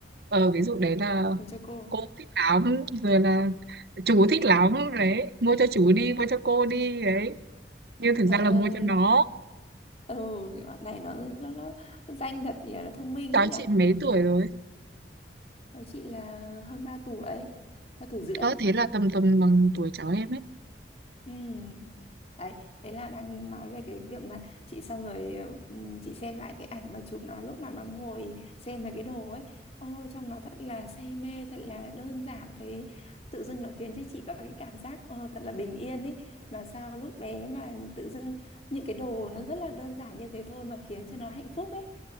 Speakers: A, on the right; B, on the left.
A: ờ ví dụ đấy là
B: ôi cho cô
A: cô thích lắm rồi là chú thích lắm đấy mua cho chú đi mua cho cô đi đấy nhưng thực
B: trời
A: ra
B: ơi
A: là mua cho nó
B: ừ cái bạn này nó nó, nó danh thật nhỉ nó thông minh
A: cháu
B: ấy nhỉ
A: chị mấy tuổi rồi
B: cháu chị là hơn ba tuổi 3 tuổi rưỡi
A: ờ
B: thì
A: thế
B: phải
A: là tầm tầm bằng tuổi cháu em ấy
B: ừ đấy thế là đang nói về cái việc mà chị xong rồi ừm, chị xem lại cái ảnh mà chụp nó lúc mà nó ngồi xem mấy cái đồ ấy ôi trông nó thật là say mê thật là đơn giản thấy tự dưng nó khiến cho chị có cái cảm giác ờ, thật là bình yên ấy mà sao lúc bé mà tự dưng những cái đồ nó rất là đơn giản như thế thôi mà khiến cho nó hạnh phúc ấy